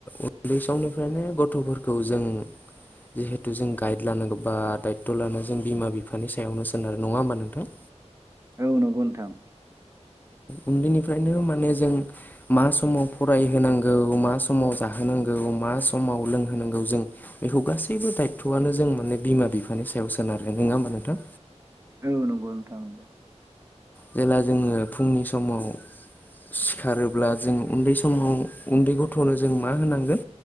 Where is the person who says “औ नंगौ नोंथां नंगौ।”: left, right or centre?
Right